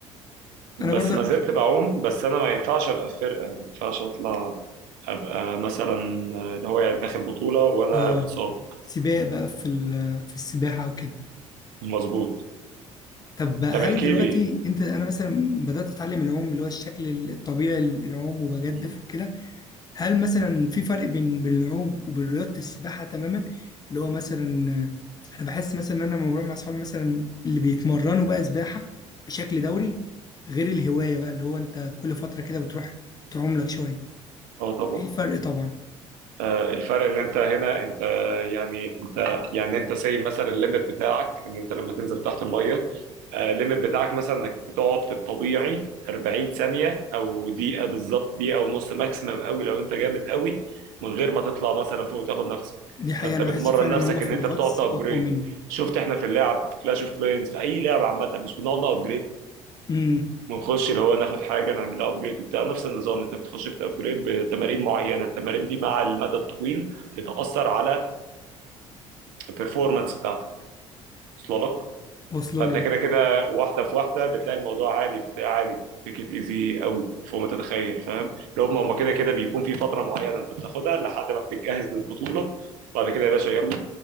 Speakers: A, on the right; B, on the left.
A: بس
B: انا برضك
A: ما زلت بعوم بس أنا ما ينفعش أبقى في فرقة ما ينفعش أطلع أبقى مثلا اللي هو يعني داخل بطولة وأنا
B: اه
A: بإصابة
B: سباق بقى في ال في السباحة وكده
A: مظبوط
B: طب بقى
A: طب
B: هل
A: احكي
B: دلوقتي
A: لي
B: انت انا مثلا بدأت اتعلم العوم اللي هو الشكل الطبيعي للعوم وبجدف
A: مم.
B: وكده هل مثلا في فرق بين بين العوم وبين رياضة السباحة تماما اللي هو مثلا آه، انا بحس مثلا ان انا لما بروح مع اصحابي مثلا اللي بيتمرنوا بقى سباحة بشكل دوري غير الهواية بقى اللي هو انت كل فترة كده بتروح تعوم لك شوية
A: اه طبعا
B: ايه الفرق طبعا
A: آه، الفرق ان انت هنا انت يعني انت يعني انت سايب مثلا الليمت بتاعك ان انت لما تنزل تحت الميه آه، الليمت بتاعك مثلا انك بتقعد في الطبيعي 40 ثانيه او دقيقه بالظبط دقيقه ونص ماكسيمم قوي لو انت جامد قوي من غير ما تطلع مثلا فوق تاخد نفسك
B: دي حقيقة
A: فانت
B: انا
A: بتمرن
B: بحس فعلا
A: نفسك
B: ان هم في
A: ان
B: الغطس
A: انت بتقعد تابجريد
B: اقوى مني
A: شفت احنا في اللعب في كلاش اوف كلينز في اي لعبه عامه مش بنقعد نابجريد
B: امم
A: ونخش اللي هو ناخد حاجه نعمل لها ابجريد وبتاع نفس النظام انت بتخش بتابجريد بتمارين معينه التمارين دي مع المدى الطويل بتاثر على البرفورمانس بتاعتك وصل لك
B: واصله
A: فانت
B: لي
A: كده
B: أهو.
A: كده واحده في واحده بتلاقي الموضوع عادي بتلاقي عادي تيكت ايزي قوي فوق ما تتخيل فاهم لو هم هم كده كده بيكون في فتره معينه انت بتاخدها لحد ما بتتجهز للبطوله بعد كده يا باشا يلا